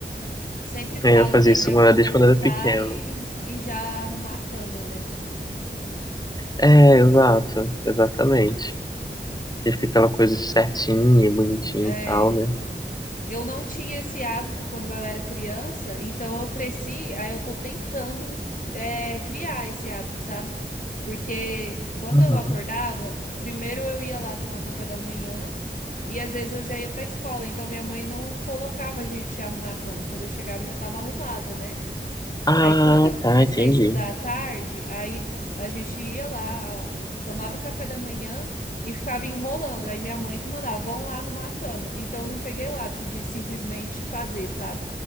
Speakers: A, on the left; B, on the left.
A: Sempre falam,
B: aí eu fazia
A: né,
B: isso
A: que é bom
B: desde
A: levantar
B: quando eu era pequeno.
A: e, e já arrumar a cama, né?
B: É, exato, exatamente. Que fica aquela coisa certinha, bonitinha
A: É.
B: e tal, né?
A: Eu não tinha esse hábito quando eu era criança, então eu cresci, aí eu tô tentando, é, criar esse hábito, sabe? Porque quando
B: Uhum.
A: eu acordava, primeiro eu ia lá tomar café da manhã. E às vezes eu já ia para a escola, então minha mãe não colocava a gente a arrumar a cama. Quando eu chegava, eu já estava arrumada, né?
B: Ah,
A: Aí quando eu comecei
B: tá, entendi.
A: a estudar à tarde, aí a gente ia lá, tomava café da manhã e ficava enrolando. Aí minha mãe que mandava, vão lá arrumar a cama. Então eu não peguei o hábito de simplesmente fazer, sabe?